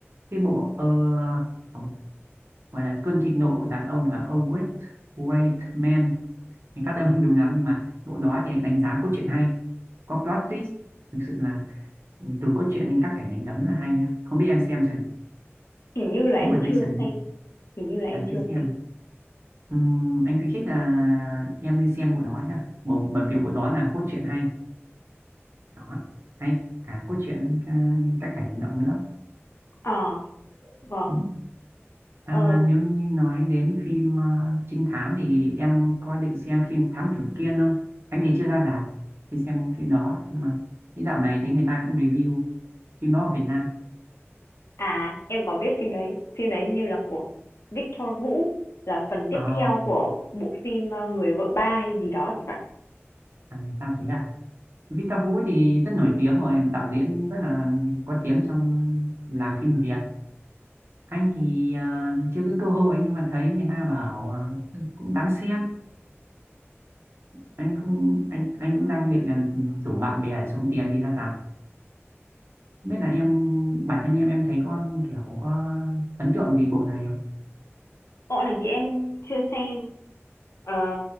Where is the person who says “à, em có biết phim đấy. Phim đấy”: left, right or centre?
Left